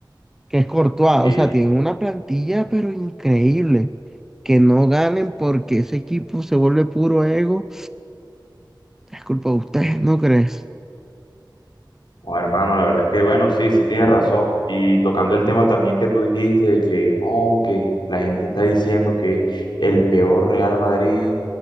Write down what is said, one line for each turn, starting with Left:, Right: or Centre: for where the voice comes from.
Centre: que es Courtois,
Left: sí.
Centre: o sea, tienen una plantilla pero increíble. Que no ganen porque ese equipo se vuelve puro ego, es culpa de ustedes, ¿no crees?
Left: Oh, hermano, la verdad es que, bueno, sí, sí tienes razón. Y tocando el tema también que tú dijiste de que, oh, que la gente está diciendo que el peor Real Madrid,